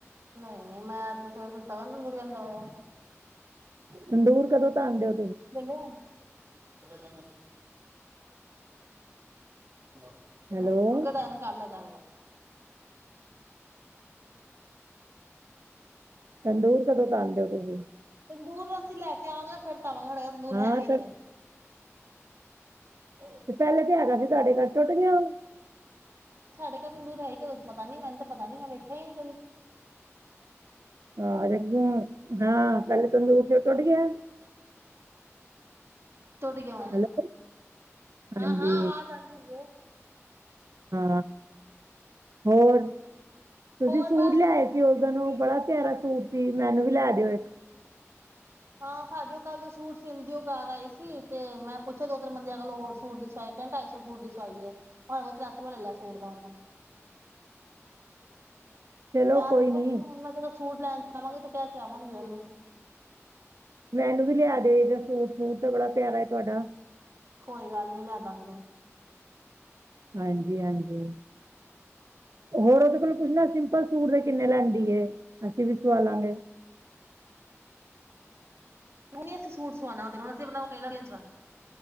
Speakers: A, on the right; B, on the right.
A: ਨਹੀਂ ਮੈਂ ਤੁ ਤਵ ਦਰੀ ਜਾਂਦਾ ਵਇਆ <unintelligible>
B: ਤੰਦੂਰ ਕਦੋਂ ਤਨਦੇ।
A: ਲੈ ਆ। ਨੂੰ
B: ਹੈਲੋ
A: ਕਿਹਾ-ਦਾਨ ਕਰ -ਦਾਨ
B: ਤੰਦੂਰ ਕਦੋਂ ਤਆਉਦੇ ਹੋ ਤੁਸੀਂ
A: ਦੂਰ ਨੂੰ ਅਸੀਂ ਲੈ ਕੇ ਆਵਾਂਗੇ ਫਿਰ ਧਵਾਂਗੜ <unintelligible> ਤੰਦੂਰ
B: ਹਾਂ
A: ਹੈ ਨੀ ਅਜੇ
B: ਤਾਂ
A: ਹੱ
B: ਤੇ ਪਹਿਲੇ ਤੇ ਹੈਗਾ ਸੀ ਤੁਹਾਡੇ ਘਰ ਟੁੱਟ ਗਿਆ ਵਾ
A: ਸਾਡੇ ਘਰ ਤੋਂ ਦੂਰ ਹੈ ਹੀ ਕਦੋਂ ਤੋਂ ਪਤਾ ਨੀ ਮੈਨੂੰ ਪਤਾ ਨੀ ਮੈਂ ਵੇਖਿਆ ਹੀ ਨੀ ਕਦੇ
B: ਆਹ। ਹਾਂ, ਪਹਿਲੇ ਤੂੰਦੁਰ ਸੀ ਉਹ ਹੁਣ ਟੁਟ ਗਿਆ।
A: ਟੁੱਟ ਗਿਆ
B: ਹੈਲੋ,
A: ਹਾਂ-ਹਾਂ
B: ਹਾਂਜੀ।
A: ਆਵਾਜ਼ ਆਂਦੀ ਏ
B: ਹਾਂ, ਹੋਰ ਤੁਸੀਂ
A: ਹੋਰ
B: ਸੂਟ
A: ਬਸ
B: ਲਿਆਏ ਸੀ ਉਦ ਨੂੰ ਬੜਾ ਪਿਆਰਾ ਸੂਟ ਸੀ। ਮੈਨੂੰ ਵੀ ਲੈ ਦਿਓ ਇੱਕ
A: ਹਾਂ, ਸਾਡੇ ਕੱਲ ਜੋ ਸੂਟ ਸੀਂਦੀ ਉਹ ਘਰ ਆਈ ਸੀ। ਤੇ ਮੈਂ ਪੁੱਛਿਆ ਦੋ -ਤਿੰਨ ਬੰਦ ਕਲ ਹੋਰ ਸੂਟ ਦੀ ਸਵਾਏ ਦੋ- ਢਾਈ ਸੌ ਸੂਟ ਦੀ ਸਵਾਈ ਹੈ। ਹ ਕੋਲ ਤ੍ਰੈ ਸੌ ਵਾਲ ਲੈ ਲਿਆ ਸੂਟ ਦਾ ਹਣਨੇ
B: ਚਲੋ
A: ਯ
B: ਕੋਈ
A: ਤਾਂ ਕੁਛ
B: ਨਹੀਂ
A: ਨੀ ਹੁਣ ਮੈਂ ਸੂਟ ਲੈਣ ਜਵਾਂਗੀ ਤੇ ਕਹਿ ਕੇ ਆਵਾਂਗੀ ਉਹਨੂੰ
B: ਮੈਨੂੰ ਵੀ ਲਿਆ ਦਿਓਦਾ ਸੂਟ ਸੂਟ ਤਾਂ ਬੜਾ ਪਿਆਰਾ ਤੁਹਾਡਾ
A: ਕੋਈ ਗੱਲ ਨਹੀ ਲੈ ਦਾਂ ਗੀ
B: ਹਾਂਜੀ ਹਾਂਜੀ ਹੋਰ ਉਹਦੇ ਕੋਲ ਪੁੱਛਣਾ ਕਿ ਸਿਪਲ ਸੂਟ ਦੇ ਕਿੰਨੇ ਲੈਂਦੀ ਏ ਅਸੀਂ ਵੀ ਸਆਾਲਾਂਗੇ
A: ਹੁਣ ਨੀ ਅਸੀਂ ਸੂਟ ਸਵਾਣਾ ਉਹਦੇ ਕੋਲ ਅਸੀ ਆਪਣਾ ਟੇਲਰ ਚੇਜ